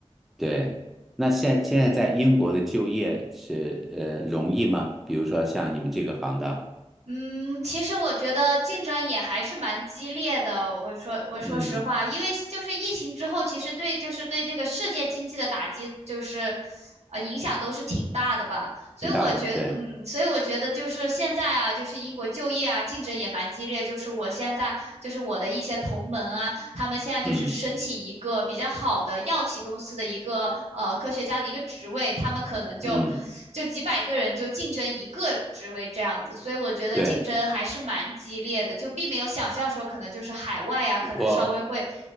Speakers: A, in the centre; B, on the right.
A: 对，那现现在在英国的就业是呃容易吗？比如说像你们这个行当，
B: 嗯，其实我觉得竞争也还是蛮激烈的。我说，我说实话，
A: 嗯，
B: 因为就是疫情之后，其实对就是对这个世界经济的打击，就是呃影响都是挺大的吧。所以我觉，
A: 挺大的，对，
B: 嗯，所以我觉得就是现在啊，就是英国就业啊，竞争也蛮激烈。就是我现在就是我的一些同门啊。他们现在就是申请一个比较好的药企公司的一个呃科学家的一个职位，
A: 嗯
B: 他们可能就
A: 嗯，
B: 就几百个人就竞争一个职位这样子，所以我觉得竞争还是蛮激烈的，
A: 对，
B: 就并没有想象说可能就是海外啊，可能稍微会
A: 我